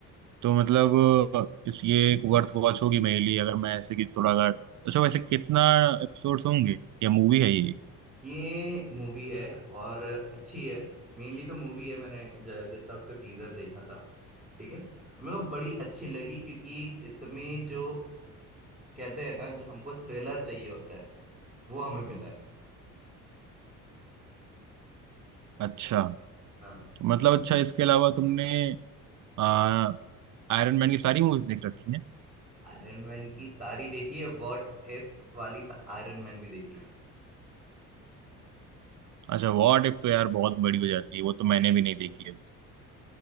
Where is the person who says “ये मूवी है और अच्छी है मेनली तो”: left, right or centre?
Right